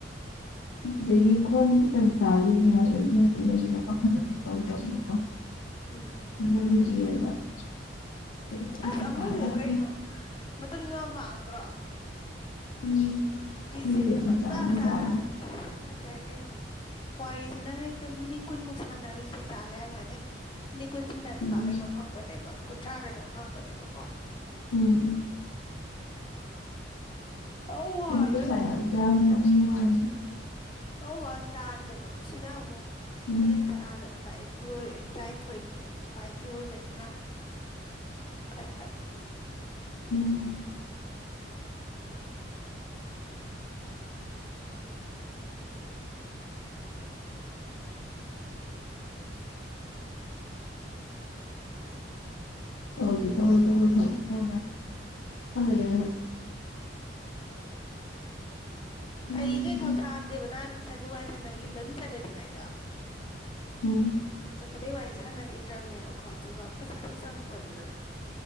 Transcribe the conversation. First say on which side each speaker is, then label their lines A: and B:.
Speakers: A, on the left; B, on the left.
A: ꯑꯗꯒꯤ ꯈꯣꯟ ꯈꯤꯇꯪ ꯇꯥꯔꯤꯅꯤ ꯍꯥꯏꯕ ꯏꯒꯤꯅ ꯄꯥꯈꯜ ꯑꯗꯨꯝ ꯇꯗꯕꯅꯤꯀꯣ <inaudible>
B: ꯎꯝ
A: <unintelligible> ꯀꯩꯝꯇ
B: ꯑꯁ ꯑꯃꯗꯨ
A: ꯇꯥ ꯌꯥꯗꯦ
B: ꯀꯩꯅꯣ ꯃꯇꯝ ꯌꯥꯝ ꯃꯥꯡꯗ꯭ꯔꯣ
A: ꯎꯝ
B: ꯐꯤꯖꯦꯅ
A: ꯃꯤꯕꯦꯠ
B: ꯄꯪꯇꯥ
A: ꯃꯆꯥ ꯑꯃ
B: ꯆꯥꯔꯛꯑꯅꯤ
A: ꯆꯥꯕꯅꯤ
B: ꯑꯗꯒꯤ ꯋꯥꯔꯤꯖꯤꯅ ꯍꯦꯛꯇ ꯃꯤꯅꯤꯠ ꯀꯨꯟꯃꯨꯛ ꯁꯥꯟꯅꯔꯨ ꯆ ꯆꯥ ꯂꯩꯔꯃꯅꯦ ꯅꯤꯀꯨꯟ ꯁꯅ ꯂꯨꯄꯥ
A: ꯎꯝ
B: ꯀꯩꯅꯣ ꯐꯪꯕꯅꯦꯕ ꯀꯨꯟꯊ꯭ꯔꯥ ꯀꯩꯅꯣꯝ ꯐꯪꯕꯅꯦꯕꯀꯣ
A: ꯎꯝ ꯎꯝ
B: ꯑ ꯋꯥꯔ‌ꯦ
A: ꯀꯩꯝꯇ ꯇꯥ ꯌꯥꯗꯦ <unintelligible>
B: ꯄꯧ ꯋꯥꯟ ꯇꯥꯟꯕꯗꯣ ꯁꯤꯅ ꯑꯃꯨꯛ
A: ꯎꯝ
B: ꯃꯤꯅꯤꯠ ꯇꯔꯥꯗ ꯂꯨꯄꯥ ꯑꯦꯇꯤ ꯑꯣꯏꯔꯦ ꯇꯔꯥꯅꯤꯊꯣꯏꯗ ꯃꯤꯅꯤꯠ ꯂꯨꯄꯥ ꯑꯦꯇꯤ ꯑꯣꯏꯕꯅꯤꯅ ꯐꯩ ꯍꯥꯏ
A: ꯎꯝ <unintelligible> <unintelligible> ꯎꯝ
B: ꯑꯩ ꯀꯩ ꯊꯧꯁꯥꯑꯝꯗꯦꯕ ꯅꯍꯥꯟ ꯊ ꯅꯨꯡꯉꯥꯏ ꯅ ꯁꯥꯅꯒꯤ ꯕꯗ‌ꯣ ꯑꯗꯨꯝ ꯆꯠꯂꯦꯗꯅ ꯑꯩꯗꯣ
A: ꯎꯝ
B: ꯎꯝ ꯆꯠꯄꯗꯩ ꯋꯥꯔꯤ ꯁꯥꯟꯅ ꯒꯤꯗ꯭ꯔꯝꯅꯦꯕꯀꯣ ꯑꯗꯨꯒ ꯄꯩꯁꯥꯁꯨ ꯆꯪꯉꯛꯄ ꯑꯗꯨꯗ